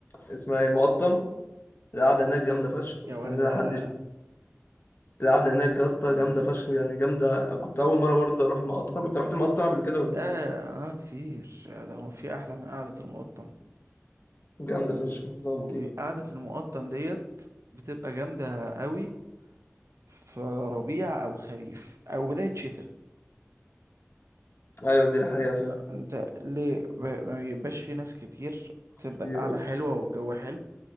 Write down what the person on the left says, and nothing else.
اسمها ايه مقطم القعدة هناك جامدة فشخ
استنينا
حد يش- القعدة هناك يا اسطى
جامدة فشخ يعني جامدة كنت أول مرة برضه أروح المقطم أنت رحت المقطم قبل كده ولا
لأ؟
جامدة
فشخ والله
ايوه دي حقيقة فعلا
كتير
أوي.